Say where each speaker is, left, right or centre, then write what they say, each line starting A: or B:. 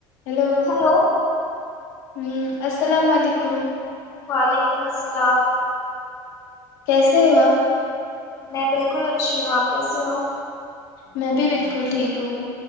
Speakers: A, on the left; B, on the left.
A: ہیلو
B: ہلو
A: ہ السلام علیکم
B: وعلیکم السلام
A: کیسے ہواپ
B: میں بالکل اچھی ہوں آپ کیسے ہو
A: میں بھی بالکل ٹھیک ہوں